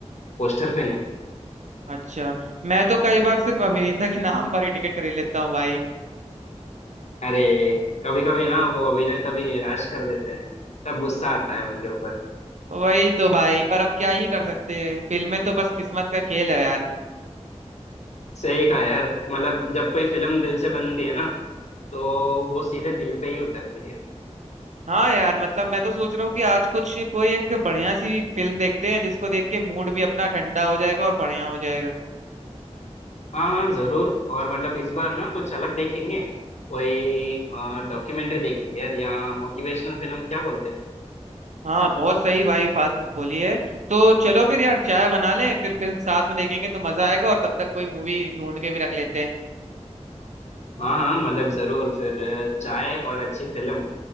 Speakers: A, on the left; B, on the right.
A: पोस्टर पे नहीं
B: अच्छा मैं तो कई बार सिर्फ अभिनेता के नाम पर ही टिकट खरीद लेता हूँ भाई
A: अरे कभी कभी ना वो अभिनय तभी निराश कर देते हैं तब गुस्सा आता है उनके ऊपर
B: वही तो भाई पर अब क्या ही कर सकते हैं फिल्में तो बस किस्मत का खेल है यार
A: सही कहा यार मतलब जब कोई फिल्म दिल से बनती है ना तो वो सीधे दिल पे ही उतरती है
B: हाँ यार मतलब मैं तो सोच रहा हूँ कि आज कुछ कोई एक बढ़िया सी फिल्म देखते हैं जिसको देख के मूड भी अपना ठंडा हो जाएगा और बढ़िया हो जाएगा
A: हाँ हाँ, जरूर और मतलब इस बार ना कुछ अलग देखेंगे कोई डॉक्यूमेंट्री देखेंगे यार या मोटिवेशनल फिल्म क्या बोलते हो
B: हाँ बहुत सही भाई बात बोली है तो चलो फिर यार चाय बना लें फिर फिल्म साथ में देखेंगे तो मजा आएगा और तब तक कोई मूवी ढूंढ के भी रख लेते हैं
A: हाँ हाँ मतलब जरूर फिर अ, चाय और अच्छी फिल्म